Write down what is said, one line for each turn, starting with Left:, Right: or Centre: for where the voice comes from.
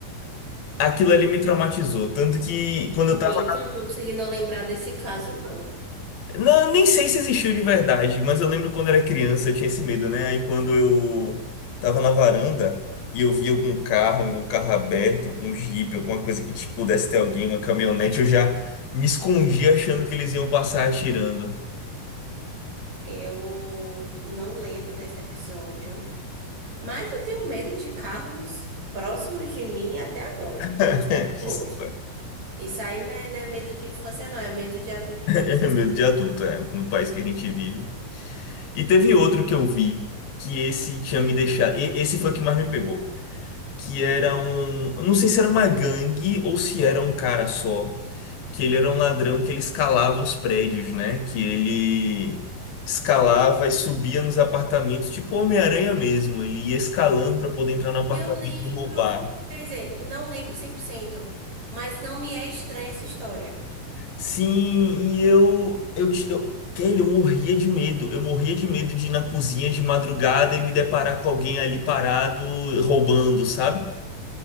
Left: Aquilo ali me traumatizou. Tanto que quando eu tava
Right: Gente, eu não tô conseguindo lembrar desse caso, não.
Left: Não, nem sei se existiu de verdade, mas eu lembro quando era criança eu tinha esse medo, né? Aí quando eu tava na varanda e eu vi algum carro, algum carro aberto, algum jipe, alguma coisa que tipo, pudesse ter alguém, uma caminhonete, eu já me escondia achando que eles iam passar atirando.
Right: Eu não lembro desse episódio, mas eu tenho medo de carros próximos de mim até agora,
Left: <laughs> É,
Right: hoje.
Left: Isso
Right: Isso aí não é, não é medo de infância, não, é medo de adulto
Left: é
Right: mesmo.
Left: medo de adulto, é, no país que a gente vive. E teve outro que eu vi, que esse tinha me deixado. e- Esse foi o que mais me pegou. Que era um. eu Não sei se era uma gangue ou se era um cara só. que ele era um ladrão que ele escalava os prédios, né? Que ele escalava e subia nos apartamentos, tipo Homem-Aranha mesmo. Ele ia escalando para poder entrar no apartamento
Right: Eu lembro,
Left: e roubar.
Right: quer dizer, não lembro 100%, mas não me é estranha essa história.
Left: Sim, e eu, eu, ti- eu, Kelly, eu morria de medo. Eu morria de medo de ir na cozinha de madrugada e me deparar com alguém ali parado roubando, sabe?